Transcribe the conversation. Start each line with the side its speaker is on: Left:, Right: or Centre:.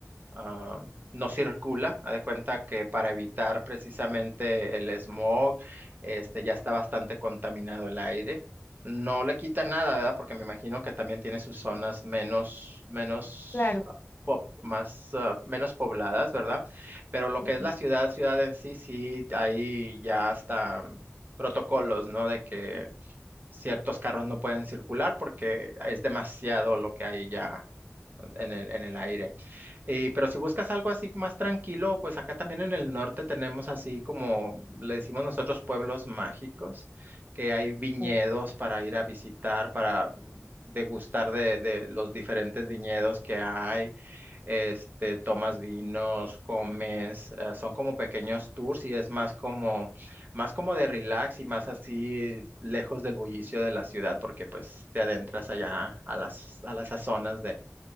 Right: am, no circula. Haz de cuenta que para evitar precisamente el smog, este ya está bastante contaminado el aire. No le quita nada, ¿verdad? Porque me imagino que también tiene sus zonas menos, menos
Left: Claro,
Right: ah, pop- más, ah, menos pobladas, ¿verdad? Pero lo
Left: ok.
Right: que es la ciudad, ciudad en sí, sí, ahí ya hasta mm, protocolos, ¿no? De que ciertos carros no pueden circular porque es demasiado lo que hay ya en el, en el aire. Eh, pero si buscas algo así más tranquilo, pues acá también en el norte tenemos así como le decimos nosotros pueblos mágicos, que hay viñedos
Left: oh,
Right: para ir a visitar, para degustar de, de los diferentes viñedos que hay. Este, tomas vinos, comes, eh, son como pequeños tours y es más como, más como de relax y más así lejos del bullicio de la ciudad, porque pues te adentras allá a las, a las zonas